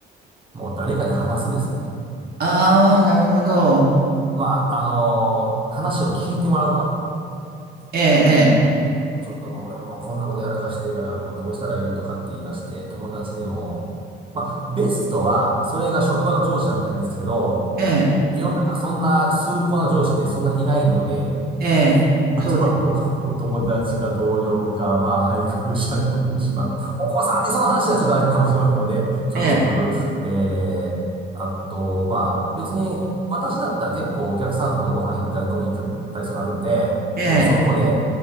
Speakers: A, on the right (about 25°); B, on the right (about 50°).
A: もう誰かに話すですね。
B: ああ、なるほど。
A: まあ、あのー話を聞いてもらうか。
B: ええ、
A: もうちょっとごめん、もうこんなことやらかしてるから、もうどうしたらいいとかって言い出して、友達でも、まあ、ベストは、それが職場の上司だったらいいんですけど、
B: ええ、
A: 世の中そんな崇高な上司ってそんなにいないので、
B: ええ、ええそうです。
A: あとはもう、お友達か同僚か、まあ、配偶者でもいいし、まあ、お子さんにその話はちょっとあれかもしれませんので、家族、
B: ええ、
A: ええあと、まあ、別に、私だったら結構お客さんとご飯行ったり飲みに行ったりするのあるんで、
B: ええ、
A: もうそこで